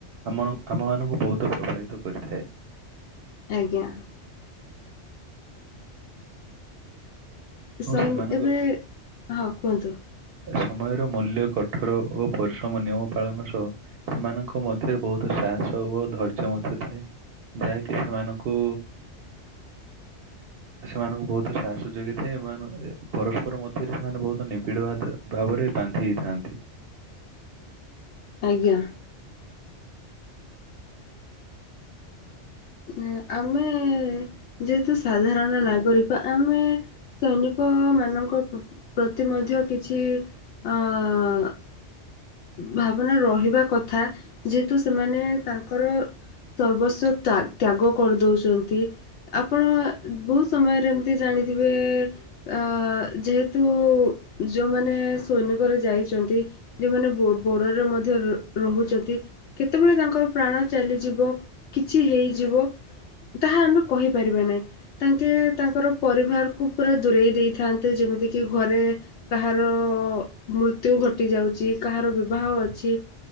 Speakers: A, on the right; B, on the left.
A: ଆମଣ ଆମ ମାନଙ୍କୁ ବୋହୁତ ପ୍ରଭାବତ କରିଥାଏ।
B: ଆଜ୍ଞା।
A: ଆଉ
B: ସଇନ୍
A: ସେମାନଙ୍କ
B: ଏବେ ହଁ କୁହନ୍ତୁ?
A: ସମୟର ମୂଲ୍ୟ କଠୋର ଓ ପରିଶ୍ରମ ନିୟମ ପାଳନ ସହ ସେମାନଙ୍କ ମଧ୍ୟରେ ବୋହୁତ ସାହସ ଓ ଧୈର୍ଯ୍ୟ ମଧ୍ୟ ଥାଏ। ଯାଇକି ସେମାନକୁ ସେମାନଙ୍କୁ ବହୁତ ସାହସ ଯୋଗେଇଥାଏ ଏମାନ ପରସ୍ପର ମଧ୍ୟରେ ସେମାନେ ବହୁତ ନିବିଡ଼ ଭା ଭାବରେ ବାନ୍ଧି ହେଇଥାନ୍ତି।
B: ଆଜ୍ଞା। ଉଁମ ଆମେ ଯେହେତୁ ସାଧାରଣ ନାଗରିକ ଆମେ ସୈନିକ ମାନଙ୍କ ପ ପ୍ରତି ମଧ୍ୟ କିଛି ଅ-ଅ ଭାବନା ରହିବା କଥା ଯେହେତୁ ସେମାନେ ତାଙ୍କର ସର୍ବସ୍ୱ ତ୍ୟା ତ୍ୟାଗ କରିଦଉଛନ୍ତି। ଆପଣ ବହୁତ ସମୟରେ ଏମତି ଜାଣିଥିବେ ଆ ଯେହେତୁ ଯୋଉମାନେ ସୈନିକରେ ଯାଇଛନ୍ତି ଯୋଉମାନେ ବୋ ବୋଡରରେ ମଧ୍ୟ ର-ରହୁଛନ୍ତି କେତେବେଳେ ତାଙ୍କର ପ୍ରାଣ ଚାଲିଯିବ। କିଛି ହେଇଯିବ ତାହା ଆମେ କହିପାରିବା ନାହିଁ। ତାଙ୍କେ ତାଙ୍କର ପରିବାରକୁ ପୁରା ଦୂରେଇ ଦେଇଥାନ୍ତେ ଯେମିତି କିି ଘରେ କାହାର ମୃତ୍ୟୁ ଘଟି ଯାଉଛି କାହାର ବିବାହ ଅଛି।